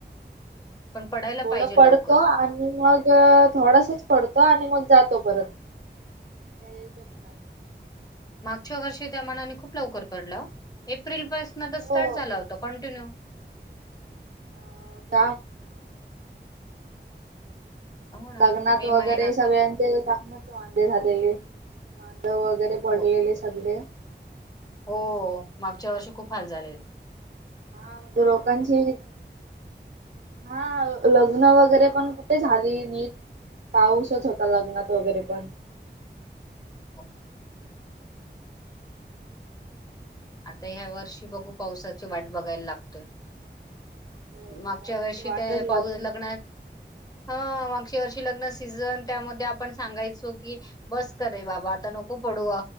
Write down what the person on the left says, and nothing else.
पण पडायला
पाहिजे
लवकर
च्या वर्षी मानाने खूप लवकर पडला ओ. एप्रिल पासून स्टार्ट
झाला होता कंटिन्यू.
हो ना
मे
महिना
हो
हो मागच्या वर्षी खूप हाल झालेल.
हो, आता ह्या वर्षी बघू, पावसाची वाट बघायला लागतय.
मागच्या
वर्षी
ते
पाऊ लग्नात
हा माग लग्न सिझन त्या मध्ये आपण सांगायचो, की बस करे बाबा आता नको पडू